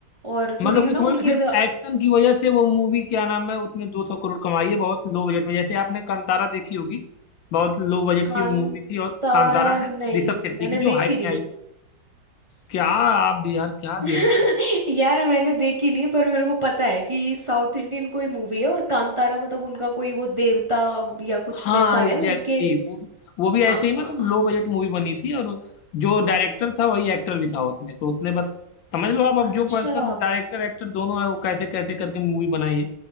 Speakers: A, on the right; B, on the left.
A: और
B: मतलब
A: थोड़ी
B: वो
A: ना
B: समझ
A: उनकी
B: लो सिर्फ
A: ऐसा
B: एक्शन की वजह से वो मूवी क्या नाम है उसने 200 करोड़ कमाई है बहुत लो बजट में जैसे आपने कांतारा देखी होगी बहुत लो बजट
A: कांतारा
B: की मूवी थी और कांतारा
A: नहीं
B: है ना ऋषभ शेट्टी
A: मैंने
B: की
A: देखी
B: जो हाइप
A: नहीं
B: में आई थी क्या आप भी यार क्या
A: <laughs>
B: देखते
A: यार मैंने देखी नहीं पर मेरे को पता है कि साउथ इंडियन कोई मूवी है और कांतारा मतलब उनका कोई वो देवता या कुछ
B: हाँ
A: वैसा
B: एग्जैक्टली
A: है उनके
B: exactly. वो वो भी ऐसे
A: अ-
B: ही मतलब
A: अ- अ-
B: लो बजट मूवी बनी थी और जो डायरेक्टर था वही एक्टर भी था उसमें तो उसने बस समझ लो आप अब
A: अच्छा
B: जो पर्सन डायरेक्टर एक्टर दोनों है वो कैसे कैसे करके मूवी बनाई है